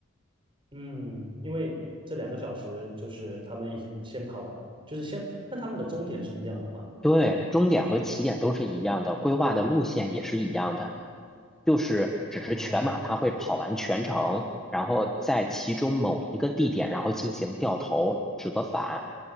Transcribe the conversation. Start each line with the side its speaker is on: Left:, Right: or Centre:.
Right: 嗯，因为这两个小时就是他们已经先跑，就是先，那他们的终点是一样的吗？
Centre: 对，终点和起点都是一样的，规划的路线也是一样的，就是只是全马它会跑完全程，
Right: 哦，
Centre: 然后在其中某一个地点，然后进行掉头折返。